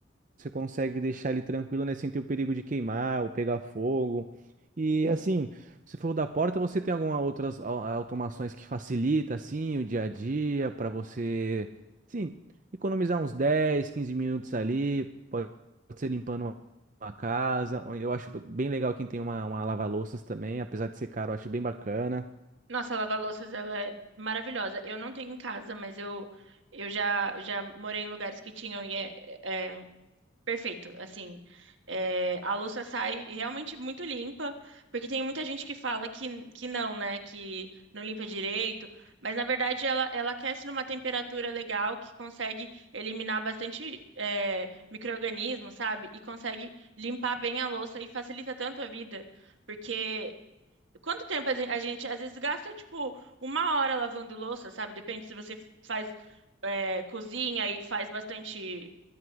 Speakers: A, on the right; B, on the right.
A: você consegue deixar ele tranquilo, né? Sem ter o perigo de queimar ou pegar fogo. E assim, você falou da porta, você tem alguma outras au- automações que facilita assim o dia a dia para você, sim, economizar uns 10, 15 minutos ali, pode ser limpando uma uma casa. Ou Eu acho bem legal quem tem uma, uma lava-louças também, apesar de ser caro, eu acho bem bacana.
B: Nossa, a lava-louças, ela é maravilhosa. Eu não tenho em casa, mas eu, eu já, já morei em lugares que tinham e é, é, Perfeito. Assim, é, a louça sai realmente muito limpa, porque tem muita gente que fala que, que não, né? Que não limpa direito, mas na verdade ela, ela aquece numa temperatura legal que consegue eliminar bastante é, micro-organismo, sabe? E consegue limpar bem a louça e facilita tanto a vida, porque. Quanto tempo a gen- a gente, às vezes gasta tipo uma hora lavando louça, sabe? Depende se você faz é, cozinha e faz bastante.